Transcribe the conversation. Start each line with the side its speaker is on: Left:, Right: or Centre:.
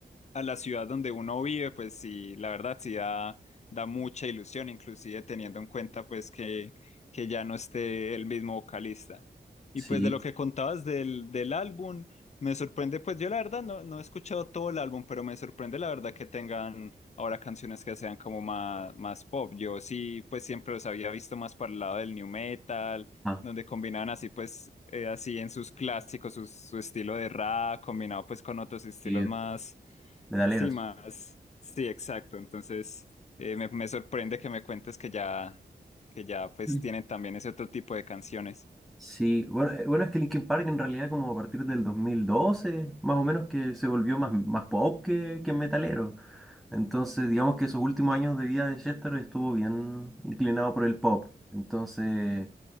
Left: a la ciudad donde uno vive, pues sí, la verdad sí da, da mucha ilusión, inclusive teniendo en cuenta, pues, que, que ya no esté el mismo vocalista. Y
Centre: sí,
Left: pues de lo que contabas del, del álbum, me sorprende, pues yo la verdad no, no he escuchado todo el álbum, pero me sorprende la verdad que tengan ahora canciones que sean como más, más pop. Yo sí, pues siempre los había visto más para el lado del new metal,
Centre: ajá,
Left: donde combinaban así, pues, eh, así en sus clásicos, sus- su, estilo de rap, combinado pues con otros estilos
Centre: sí,
Left: más,
Centre: metaleros.
Left: sí, más, sí, exacto. Entonces, eh, me, me sorprende que me cuentes que ya, que ya pues
Centre: Mm.
Left: tienen también ese otro tipo de canciones.
Centre: Sí, bueno, eh, bueno, es que Linkin Park en realidad como a partir del 2012, más o menos que se volvió más, más pop que, que metalero. Entonces, digamos que esos últimos años de vida de Chester estuvo bien inclinado por el pop. Entonces...